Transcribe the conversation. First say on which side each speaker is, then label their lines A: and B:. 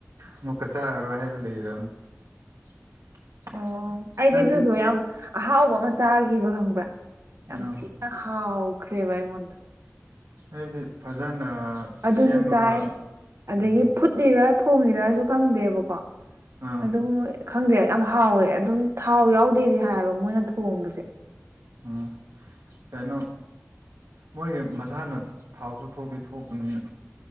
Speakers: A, on the right; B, on the right.
A: ꯑꯃꯨꯛꯀ ꯆꯥꯔꯔꯣꯏ ꯍꯥꯏꯅ ꯂꯩꯔꯝ <inaudible>
B: ꯑꯣ ꯑꯩꯗꯤ
A: ꯍꯥꯏꯕꯗꯤ
B: ꯑꯗꯨꯗꯣ ꯌꯥꯝ ꯑꯍꯥꯎꯕ ꯑꯃ ꯆꯥꯒꯤꯕ ꯈꯪꯕ꯭ꯔꯥ ꯌꯥꯝ
A: ꯎꯝ
B: ꯊꯤ ꯅ ꯍꯥꯎꯈꯔꯦꯕ ꯑꯩꯉꯣꯟꯗ꯫
A: ꯍꯥꯏꯕꯗꯤ ꯐꯖꯅ ꯁꯦꯝꯃꯒ
B: ꯑꯗꯨꯁꯨ ꯆꯥꯏ ꯑꯗꯒꯤ
A: ꯎꯝ
B: ꯐꯨꯠ ꯂꯤꯔ ꯊꯣꯡꯉꯤꯔꯖꯨ ꯈꯪꯗꯦꯕꯀꯣ
A: ꯑꯥ
B: ꯑꯗꯨꯝ ꯃꯣꯏ ꯈꯪꯗꯦ ꯌꯥꯝ ꯍꯥꯎꯋꯦ ꯑꯗꯨꯝ ꯊꯥꯎ ꯌꯥꯎꯗꯦꯗꯤ ꯍꯥꯏꯌꯦꯕ ꯃꯣꯏꯅ ꯊꯣꯡꯕꯁꯦ꯫
A: ꯎꯝ ꯀꯩꯅꯣ꯫ ꯃꯣꯏꯒꯤ ꯃꯁꯥꯅ ꯊꯥꯎꯁꯨ ꯊꯣꯛꯇꯤ ꯊꯣꯛꯄꯅꯤꯅ